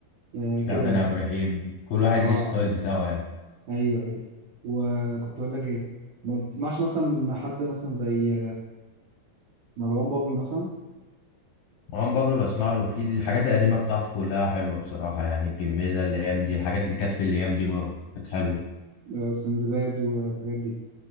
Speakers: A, on the right; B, on the left.
A: آه
B: شعبان
A: كده يعني
B: عبد الرحيم كل واحد
A: اه
B: ليه ستايل بتاعه يعني
A: ايوه ايوه وكنت اقول لك ايه ما بتسمعش مثلا حد مثلا زي مروان بابلو مثلا
B: مروان بابلو بسمع له في الحاجات القديمة بتاعته كلها حلوة بصراحة يعني الجميزة الأيام دي الحاجات اللي كانت في الأيام دي برضه كانت حلوة
A: آه، سندباد والحاجات دي